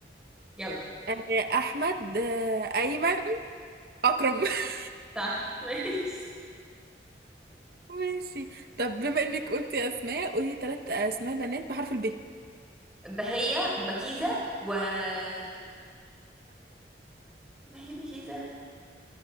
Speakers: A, in the centre; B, on the right.
A: يلا
B: آه أحمد آه أيمن أكرم <laughs>
A: صح <laughs> ماشي
B: ماشي طب بما إنك قلتي أسماء قولي ثلاث أسماء بنات بحرف الب
A: بهية بكيزة و آه، ما هي بكيزة